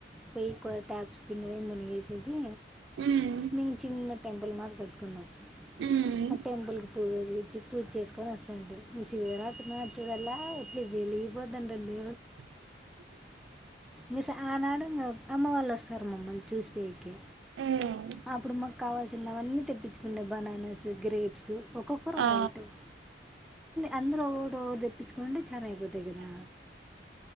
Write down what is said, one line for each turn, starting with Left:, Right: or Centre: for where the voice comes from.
Centre: పికో ట్యాప్స్ కింద పోయి మునిగేసేసి
Right: ఉమ్
Centre: మేమ్ చిన్న టెంపుల్ మద్ కట్టుకున్నం
Right: ఉమ్
Centre: ఆ టెంపుల్ పూజిచ్చి పూజ్ చేసుకొని ఒస్తంటి శివరాత్రి నాడ్ చూడల ఇట్ల వెలిగిపోతతండి
Right: <inaudible>
Centre: మిస్ ఆనాడు ఇగ అమ్మ వాళ్ళు ఒస్తరు మమ్మల్ని చూసిపోయ్కి
Right: ఉమ్
Centre: అప్పుడు మాక్ కావాల్సినవన్నీ తెప్పించుకుంట బననాస్ గ్రేప్స్ ఒక్కొక్కరు ఒక్కొక్క
Right: ఆ
Centre: ఐటమ్ అందరు ఒగొటి ఒగొటి తెప్పించుకుంటే చన అయిపొతయ్ గదా